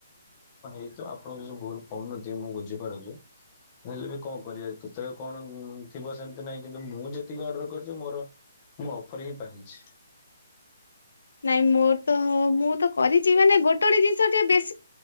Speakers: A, on the left; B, on the left.
A: କିନ୍ତୁ ଆପଣ କିଛି ଭୁଲ କହୁନଥିବେ ମୁଁ ବୁଝିପାରୁଚି। ହେଲେ ବି କଣ କରିବା କେତେବେଳେ କଣ ଉଁ ଥିବ ସେମିତି ନାଇଁ। କିନ୍ତୁ ମୁଁ ଯେତିକି ଅର୍ଡର କରିଚି ମୋର ମୁଁ ଅଫର୍ ହିଁ ପାଇଛି।
B: ନାଇଁ ମୋର ତ ମୁଁ ତ କରିଚି। ମାନେ ଗୋଟେ ଗୋଟେ ଜିନିଷ ଟିକେ ବେଶି